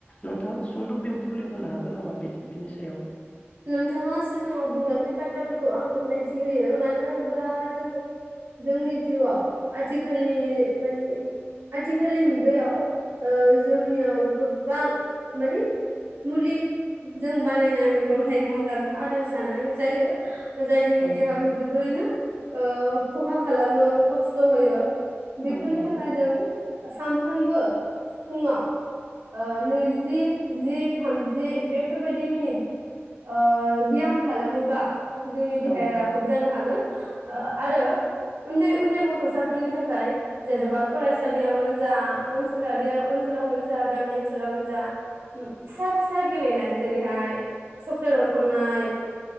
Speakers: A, on the left; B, on the right.
A: नोंथाङा सुंद' बेंफुरल होनो हागोन नामा बिनि सायाव
B: नोंथाङा सिगाङाव बुंलांनाय बाथ्राफोरखौ आं गनायथि होयो मानो होनबा जों जोंनि जिउआव आथिखालनि मानि आथिखालनि मुगायाव ओ जोंनियाव गोबां मानिे मुलि जों बानायनाय मैगं थाइगं जाग्रा आदार जानाय जायो। जाय जोंनि
A: औ
B: देहाखौ जोबोरैनो ओ खहा खालामो खस्थ' होयो। बेफोरनि
A: औ नंगौ
B: थाखाय जों सामफामबो फुङाव ओ नैजि जि थामजि बेफोरबायदि मिनिट ओ ब्याम खालामोबा जोंनि देहाया
A: औ
B: राफोद जानो हागोन। ओ आरो उन्दै उन्दै गथ'साफोरनि थाखाय जेन'बा फरायसालियावनो जा ओनसोलारि ओनसोलावनो जा गामि ओनसोलावनो जा फिसा फिसा गेलेनाय जेरैहाय सक्लेट अरखांनाय